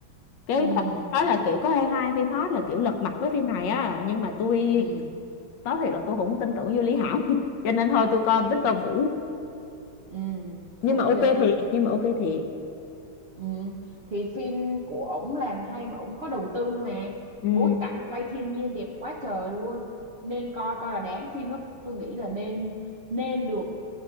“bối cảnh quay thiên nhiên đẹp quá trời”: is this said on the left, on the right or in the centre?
Right